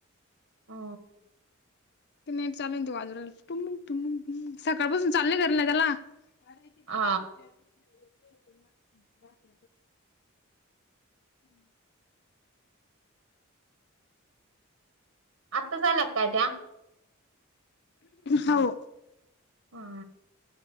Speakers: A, on the right (about 75°); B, on the left (about 55°).
A: हो
B: ते नाहीट चालू तजू त सकाळपसून चालल करल ना त्याला अर ते कुठ
A: हा
B: हो बाकी ह
A: आत्ता ला काय त्या
B: हो
A: हा